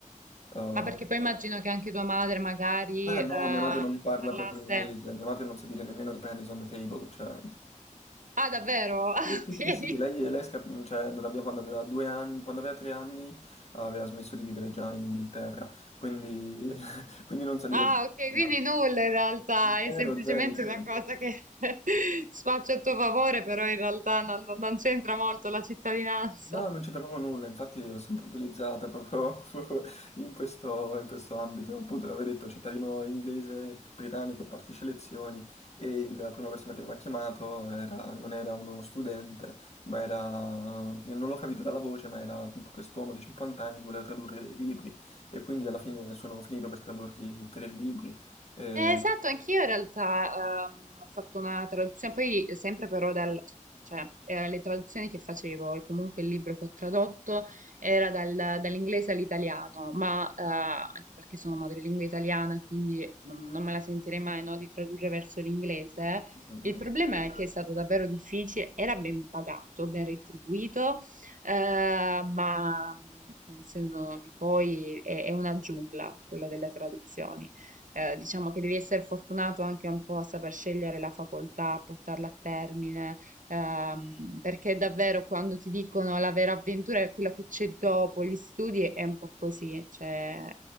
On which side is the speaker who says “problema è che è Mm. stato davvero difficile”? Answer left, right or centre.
Right